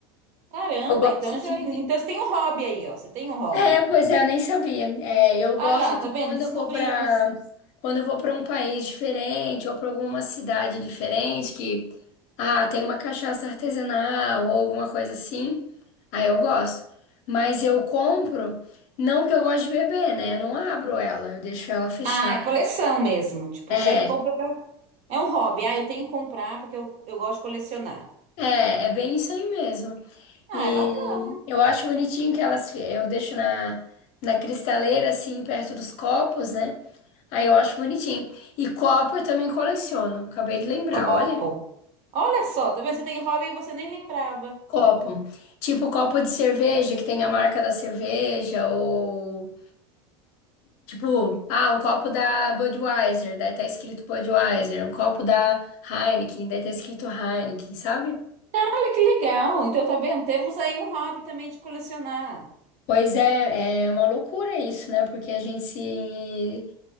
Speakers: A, on the right (about 55°); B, on the left (about 60°).
A: Caramba,
B: Eu gosto
A: então já.
B: de.
A: é, Então você tem um hobby aí, ó. Você tem um hobby.
B: É, pois é, eu nem sabia. É, eu
A: Ah
B: gosto
A: lá, tá
B: de
A: vendo?
B: quando
A: Descobrimos.
B: eu vou para quando eu vou para um país diferente ou para alguma cidade diferente que ah, tem uma cachaça artesanal ou alguma coisa assim. Aí eu gosto. Mas eu compro não porque eu gosto de beber, né? Eu não abro ela, eu deixo ela fechada.
A: Ah, é coleção mesmo. Tipo,
B: É,
A: você compra pra... É um hobby. Ah, eu tenho que comprar porque eu, eu gosto de colecionar.
B: é, é bem isso aí mesmo.
A: Ah,
B: E
A: é bacana.
B: eu acho bonitinho que elas fi- eu deixo na, na cristaleira, assim, perto dos copos, né? Aí eu acho bonitinho. E copo eu também coleciono. Acabei de lembrar,
A: Copo.
B: olha.
A: Olha só, tá vendo? Você tem hobby e você nem lembrava.
B: Copo. Tipo copo de cerveja, que tem a marca da cerveja, ou tipo, ah, um copo da Budweiser, daí tá escrito Budweiser, um copo da Heineken, daí tá escrito Heineken, sabe?
A: Olha que legal. Então, tá vendo? Temos aí um hobby também de colecionar.
B: Pois é, é uma loucura isso, né? Porque a gente se